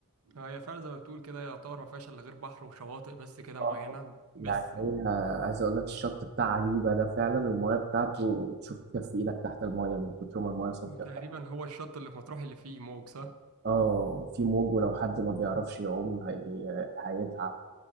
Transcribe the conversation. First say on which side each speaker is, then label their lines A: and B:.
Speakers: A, on the right; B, on the right.
A: آه، هي فعلا زي ما بتقول كده يعتبر ما فيهاش الا غير بحر وشواطئ بس كده
B: آه.
A: معينه بس
B: يعني هي عايز اقول لك الشط بتاع عجيبه ده فعلا الميه بتاعته تشوف كف ايدك تحت الميه من كتر ما الميه صافيه
A: تقريبا هو الشط اللي في مطروح اللي فيه موج صح؟
B: اه في موج ولو حد ما بيعرفش يعوم هي... هيتعب